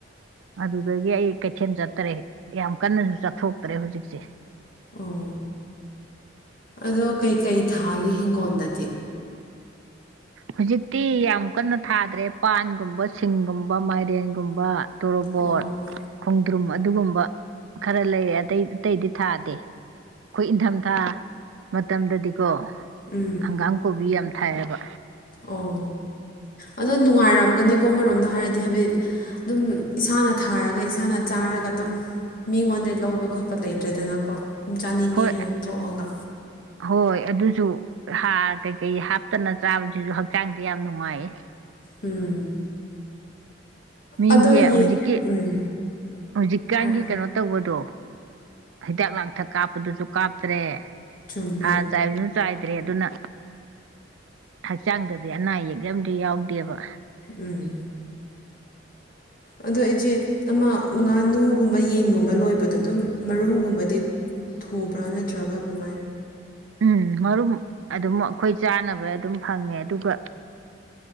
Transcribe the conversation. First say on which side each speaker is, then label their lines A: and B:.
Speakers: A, on the right; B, on the left.
A: ꯑꯗꯨꯗꯒꯤ ꯑꯩ ꯀꯩꯊꯦꯜ ꯆꯠꯇ꯭ꯔꯦ ꯌꯥꯝ ꯀꯟꯅꯁꯨ ꯆꯠꯊꯣꯛꯇ꯭ꯔꯦ ꯍꯧꯖꯤꯛꯁꯦ
B: ꯑꯣ ꯑꯗꯣ ꯀꯩ ꯀꯩ ꯊꯥꯒꯦ ꯍꯤꯡꯈꯣꯟꯗꯗꯤ
A: ꯍꯨꯖꯤꯛꯇꯤ ꯌꯥꯝ ꯀꯟꯅ ꯊꯥꯗ꯭ꯔꯦ ꯄꯥꯟꯒꯨꯝꯕ ꯁꯤꯡꯒꯨꯝꯕ ꯃꯥꯏꯔꯦꯟꯒꯨꯝꯕ ꯇꯣꯔꯣꯕꯣꯠ
B: ꯑꯣ
A: ꯈꯣꯡꯗ꯭ꯔꯨꯝ ꯑꯗꯨꯒꯨꯝꯕ ꯈꯔ ꯂꯩ ꯑꯇꯩ ꯑꯇꯩꯗꯤ ꯊꯥꯗꯦ ꯈꯣꯏ ꯏꯟꯊꯝꯊꯥ ꯃꯇꯝꯗꯗꯤꯀꯣ
B: ꯎꯝ
A: ꯍꯪꯒꯥꯝ ꯀꯣꯕꯤ ꯌꯥꯝ ꯊꯥꯏꯌꯦꯕ
B: ꯑꯣ ꯑꯗꯣ ꯅꯨꯡꯉꯥꯏꯔꯝꯒꯅꯤꯀꯣ ꯑꯃꯥꯔꯣꯝꯗ ꯍꯥꯏꯔꯗꯤ ꯍꯥꯏꯐꯦꯠ ꯑꯗꯨꯝ ꯏꯁꯥꯅ ꯊꯥꯔꯒ ꯏꯁꯥꯅ ꯆꯥꯔꯒ ꯑꯗꯨꯝ ꯃꯤꯉꯣꯟꯗꯩ ꯂꯧꯕ ꯈꯣꯠꯄ ꯂꯩꯇ꯭ꯔꯦꯗꯅꯀꯣ ꯁꯨꯝ ꯆꯥꯅꯤꯡꯉꯦ
A: ꯍꯣꯏ
B: ꯍꯥꯏꯅ ꯊꯣꯛꯑꯒ
A: ꯍꯣꯏ ꯑꯗꯨꯁꯨ ꯍꯥꯔ ꯀꯩ ꯀꯩ ꯍꯥꯞꯇꯅ ꯆꯥꯕꯖꯤꯖꯨ ꯍꯛꯆꯥꯡꯗꯤ ꯌꯥꯝ ꯅꯨꯡꯉꯥꯏꯌꯦ
B: ꯎꯝ
A: ꯃꯤꯒꯤ
B: ꯑꯗꯣ ꯌꯦꯟ
A: ꯍꯨꯖꯤꯛꯀꯤ
B: ꯎꯝ
A: ꯍꯨꯖꯤꯛ ꯀꯥꯟꯒꯤ
B: ꯍꯥꯏꯔꯣ
A: ꯀꯩꯅꯣ ꯇꯧꯕꯗꯣ ꯍꯤꯗꯥꯛ ꯂꯥꯡꯊꯛ ꯀꯥꯞꯄꯗꯨꯁꯨ ꯀꯥꯞꯇ꯭ꯔꯦ
B: ꯆꯨꯝꯃꯦ
A: ꯍꯥꯔ ꯆꯥꯏꯕꯁꯨ ꯆꯥꯏꯗ꯭ꯔꯦ ꯑꯗꯨꯅ ꯍꯛꯆꯥꯡꯗꯗꯤ ꯑꯅꯥ ꯑꯌꯦꯛ ꯌꯥꯝꯗꯤ ꯌꯥꯎꯗꯦꯕ
B: ꯎꯝ ꯑꯗꯣ ꯏꯆꯦ ꯑꯃ ꯉꯥꯅꯨꯒꯨꯝꯕ ꯌꯦꯟꯒꯨꯝꯕ ꯂꯣꯏꯕꯗꯣ ꯑꯗꯨꯝ ꯃꯔꯨꯝ ꯒꯨꯝꯕꯗꯤ ꯎ ꯊꯨꯕ꯭ꯔꯥ ꯅꯠꯇ꯭ꯔꯒ ꯀꯃꯥꯏ
A: ꯎꯝ ꯃꯔꯨꯝ ꯑꯗꯨꯝ ꯑꯈꯣꯏ ꯆꯥꯅꯕ ꯑꯗꯨꯝ ꯐꯪꯉꯦ ꯑꯗꯨꯒ